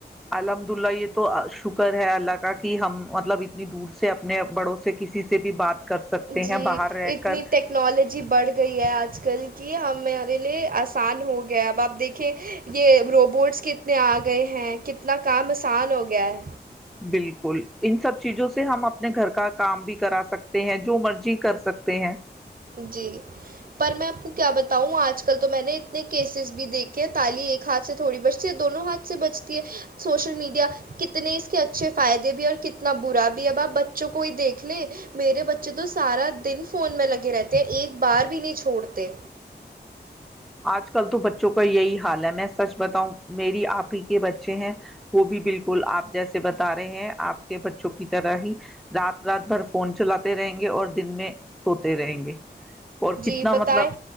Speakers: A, in the centre; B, on the right.
A: الحمد للہ یہ تو شکر ہے اللہ کا کہ ہم مطلب اتنی دور سے اپنے بڑوں سے کسی سے بھی بات کر سکتے
B: جی
A: ہیں باہر رہ
B: اتنی
A: کر
B: ٹیکنالوجی بڑھ گئی ہے آج کل کہ ہم مارے لیے آسان ہو گیا اب آپ دیکھیں یہ روبوٹس کتنے آ گئے ہیں کتنا کام آسان ہو گیا ہے
A: بالکل ان سب چیزوں سے ہم اپنے گھر کا کام بھی کرا سکتے ہیں جو مرضی کر سکتے ہیں
B: جی پر میں آپ کو کیا بتاؤں آج کل تو میں نے اتنے کیسز بھی دیکھے ہیں تالی ایک ہاتھ سے تھوڑی بچتی ہے دونوں ہاتھ سے بچتی ہے سوشل میڈیا کتنے اس کے اچھے فائدے بھی اور کتنا برا بھی اب آپ بچوں کو ہی دیکھ لیں میرے بچے تو سارا دن فون میں لگے رہتے ایک بار بھی نہیں چھوڑتے
A: آج کل تو بچوں کا یہی حال ہے میں سچ بتاؤں میری آپ ہی کے بچے ہیں وہ بھی بالکل آپ جیسے بتا رہے ہیں آپ کے بچوں کی طرح ہی رات رات بھر فون چلاتے رہیں گے اور دن میں سوتے رہیں گے اور
B: جی
A: کتنا
B: بتائیں
A: مطلب